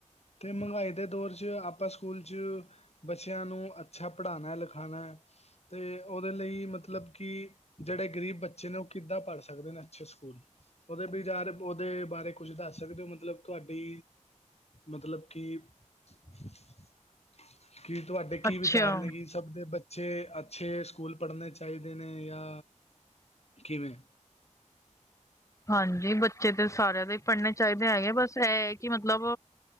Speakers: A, on the left; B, on the left.
A: ਅਤੇ ਮਹਿੰਗਾਈ ਦੇ ਦੌਰ 'ਚ ਆਪਾਂ ਸਕੂਲ 'ਚ। ਬੱਚਿਆਂ ਨੂੰ ਅੱਛਾ ਪੜ੍ਹਾਨਾ -ਲਿਖਾਨਾ ਹੈ, ਤੇ ਉਹਦੇ ਲਈ ਮਤਲਬ ਕਿ। ਜਿਹੜੇ ਗ਼ਰੀਬ ਬੱਚੇ ਨੇ, ਉਹ ਕਿੱਦਾਂ ਪੜ੍ਹ ਸਕਦੇ ਨੇ ਅੱਛੇ ਸਕੂਲ? ਉਹਦੇ ਵਿਚਾਰ, ਉਹਦੇ ਬਾਰੇ ਕੁਝ ਦੱਸ ਸਕਦੇ ਹੋ ਮਤਲਬ ਤੁਹਾਡੀ। ਮਤਲਬ ਕਿ <unintelligible> ਕੀ ਤੁਹਾਡੇ, ਕੀ
B: ਅੱਛਾ
A: ਵਿਚਾਰ ਨੇ ਕਿ ਸਭ ਦੇ ਬੱ ਅੱਛੇ- ਅੱਛੇ ਸਕੂਲ ਪੜ੍ਹਨੇ ਚਾਹੀਦੇ ਨੇ ਯਾ ਕਿਵੇਂ?
B: ਹਾਂਜੀ ਬੱਚੇ ਤੇ ਸਾਰਿਆਂ ਦੇ ਪੜ੍ਹਨੇ ਚਾਹੀਦੇ ਹੈਗੇ, ਬਸ ਇਹ ਹੈ ਕਿ ਮਤਲਬ